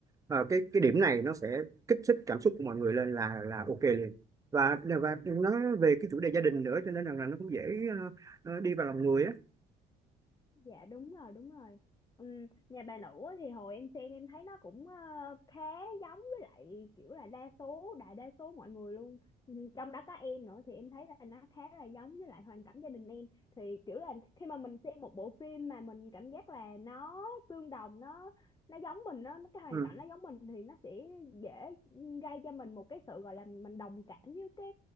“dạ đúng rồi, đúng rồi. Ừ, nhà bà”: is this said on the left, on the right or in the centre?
Left